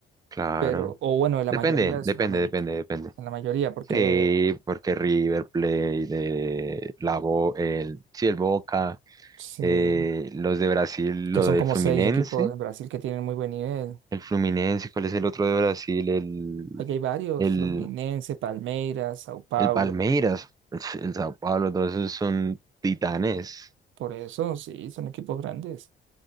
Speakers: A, on the right; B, on the right.
A: Claro.
B: pero, o bueno, de la
A: Depende,
B: mayoría de
A: depende,
B: Sudamérica,
A: depende, depende.
B: en la mayoría, porque
A: Sí, porque River Plate, eh, la Bo- el, sí, el Boca,
B: sí,
A: eh, los de Brasil,
B: que
A: lo
B: son
A: del
B: como
A: Fluminense,
B: seis equipos en Brasil que tienen muy buen nivel.
A: el Fluminense, ¿cuál es el otro de Brasil? El,
B: Allá hay varios,
A: el,
B: Fluminense, Palmeiras, Sao Paulo,
A: el Palmeiras, pues, el, Sao Paulo, todos esos son titanes.
B: por eso sí, son equipos grandes.